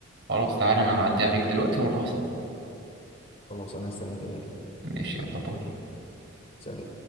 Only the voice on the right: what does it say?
خلاص تعالى أنا هعدي عليك دلوقتي ونروح سوا
ماشي يلا باي